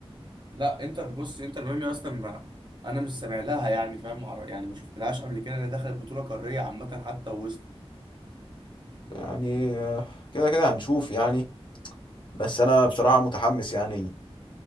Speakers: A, on the right (about 45°); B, on the left (about 50°).
A: لا انتر بص انتر ميامي اصلا ما انا مش سامع لها يعني فاهم مع- يعني ما شفتلهاش قبل كده انا دخلت بطوله قاريه عامه حتى ووصل
B: يعني آه، كده كده هنشوف يعني بس انا بصراحه متحمس يعني